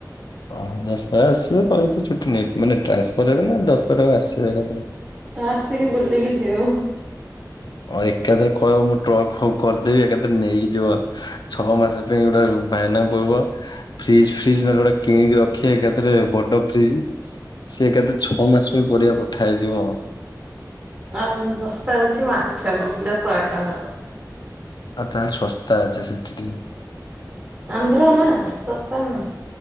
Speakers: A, on the left; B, on the right.
A: ଓହୋ ଦଶହରାରେ ଆସିବେ କାଇଁକି ଛୁଟି ନେଇ ମାନେ ଟ୍ରାନ୍ସଫର ହେବେ ନା ଦଶହରାକୁ ଆସିବେ ଏକାଥରେ
B: ଆସିକି ବୁଲିକି ଯିବୁ।
A: ଆଉ ଏକାଥେରେ କହିବ ମୁଁ ଟ୍ରକ ଫକ୍ କରିଦେବି ଏକାଥେରେ ନେଇକି ଯିବ। ଛଅ ମାସେ ଯାଏଁ ଏଇନା ବାଇନାଙ୍କୁ କଇବ ଫ୍ରିଜ୍ ଫ୍ରିଜ୍ ନହେଲେ ଗୋଟେ କିଣିକି ରଖିବେ ଏକାଥେରେ ବଡ ଫ୍ରିଜ୍ ସିଏ କେତେ ଛଅ ମାସ ପାଇଁ ପରିବା ପଠା ହେଇଯିବ।
B: ଆଉ ଶସ୍ତା ଅଛି ମାଛ ବି କିଲ ଶଏ ଟଙ୍କା।
A: ଆଉ ତାହେଲେ ଶସ୍ତା ଅଛି ସେଠି ଟିକେ
B: ଆନ୍ଦ୍ର ନା ଶସ୍ତା ନୁଏଁ